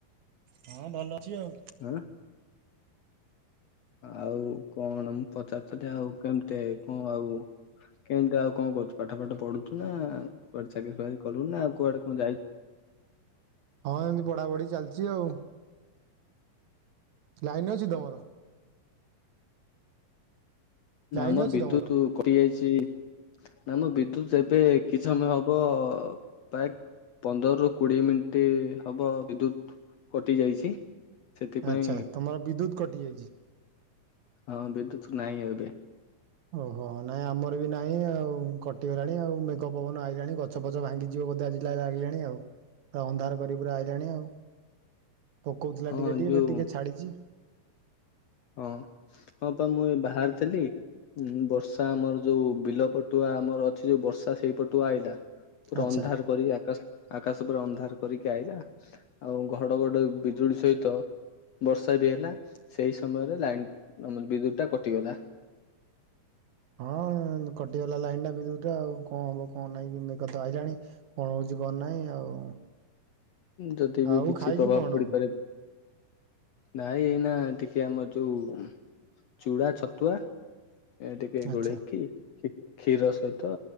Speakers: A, on the right (about 65°); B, on the left (about 65°).
A: ହଁ ଭଲ ଅଛି ଆଉ।
B: ଆଁ ଆଉ କଣ ମୁଁ ପଚାରୁଥିଲି ଆଉ କେମିତି କଣ ଆଉ କେମିତି ଆଉ କଣ କରୁଛୁ ପାଠ ଫାଠ ପଢୁଚୁନା ନା କୁଆଡେ ଚାକିରି ଫାକରି କଲୁଣିନା ଆଉ କୁଆଡେ କଣ ଯାଇ
A: ହଁ ଏମିତି ପଢା ପଢି ଚାଲିଚି ଆଉ। ଲାଇନ୍ ଅଛି ତମର? ଲାଇନ
B: ନା ଆମର
A: ଅଛି
B: ବିଦ୍ୟୁତ
A: ତମର
B: କଟି ଯାଇଚି ନା ଆମର ବିଦ୍ୟୁତ ଯେବେ କିସମ ହବ ବା ପନ୍ଦରରୁୁ କୋଡିଏ ମିନ୍ଟି ହବ ବିଦ୍ୟୁତ୍ କଟି ଯାଇଛି। ସେଥିପାଇଁ
A: ଆଚ୍ଛା ତମର ବିଦ୍ୟୁତ କଟି ଯାଇଚି।
B: ହଁ ବିଦ୍ୟୁତ ନାହିଁ ଏବେ।
A: ଓହୋ ନାଇଁ ଆମର ବି ନାହିଁ ଆଉ କଟିଗଲାଣି ଆଉ ଘ ପବନ ଆଇଗାଣି ଗଛ ଫଛ ଭାଙ୍ଗିଯିବ ବୋଧେ ଆଜି ଯାହା ଲାଗିଲାଣି ଆଉ ପୁରା ଅନ୍ଧାର କରି ପୁରା ଆଇଲାଣି ଆଉ ପକୋଉଥିଲା
B: ହଁ
A: ଟିକେ ଟିକେ
B: ଯୋଉ
A: ଫେ ଟିକେ ଛାଡିଚି।
B: ହଁ ହଁ ପା ମୁଁ ଏଇ ବାହାରେଥିଲି। ହୁଁ ବର୍ଷା ଆମର ଯୋଉ ବିଲ ପଟୁଆ ଆମର ଅଛି ଯୋଉ ବର୍ଷା ସେଇ ପଟୁ ଆଇଲା ପୁରା
A: ଆଚ୍ଛା।
B: ଅନ୍ଧାର କରିକି ଆକାଶ ଆକାଶ ପୁରା ଅନ୍ଧାର କରି ଆଇଲା ଆଉ ଘଡ ଘଡ଼ି ବିଜୁଳି ସହିତ ବର୍ଷା ବି ହେଲା ସେଇ ସମୟରେ ଲାଇନ୍ ବିଦ୍ୟୁତ୍ ଟା କଟିଗଲା।
A: ହଁ କଟିଗଲା ଲାଇନ୍ ଟା ବିଦ୍ୟୁତ୍ ଟା ଆଉ କଣ ହବ କଣ ନାହିଁ କି ମେଘ ତ ଆଇଲାଣି। କଣ ହୋଉଚି କଣ ନାହିଁ ଆଉ।
B: ଯଦି ବି
A: ଆଉ
B: କିଛି
A: ଖାଇଛୁ
B: ପ୍ରଭାବ
A: କଣ
B: ପଡିପାରେ। ନାଇଁ ଏଇନା ଟିକେ ଆମର ଯୋଉ ଚୁଡା ଛତୁଆ ଏ ଟିକେ
A: ଆଚ୍ଛା
B: ଗୋଲେଇକି କ୍ଷୀର ସହିତ